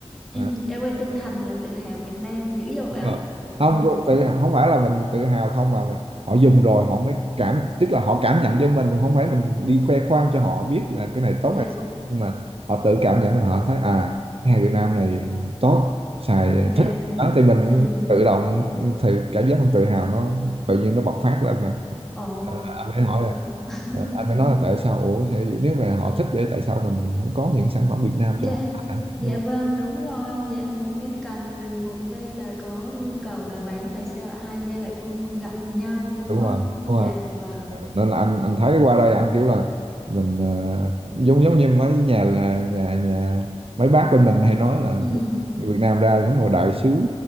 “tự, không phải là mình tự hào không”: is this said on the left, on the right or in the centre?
Right